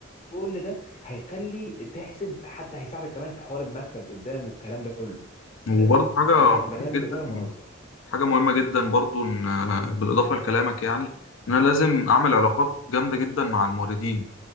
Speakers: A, on the left; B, on the left.
A: كل ده هيخلي تحسب حتى هيساعدك كمان في حوار المكسب قدام والكلام ده كله
B: وبرضه
A: فلازم
B: حاجه
A: برنا...
B: مهمه
A: برنامج
B: جدا
A: اداره منظم
B: حاجه مهمه جدا برضه ان آه، بالاضافه لكلامك يعني ان انا لازم اعمل علاقات جامده جدا مع الموردين